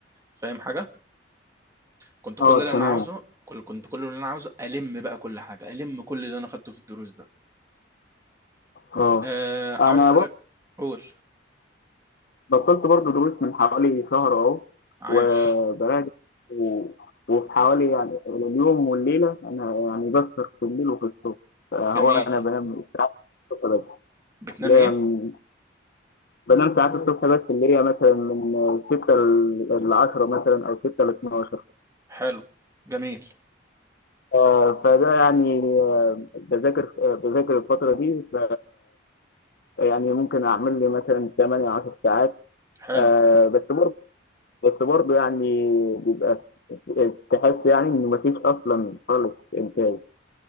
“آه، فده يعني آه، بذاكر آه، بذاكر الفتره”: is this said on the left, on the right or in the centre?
Left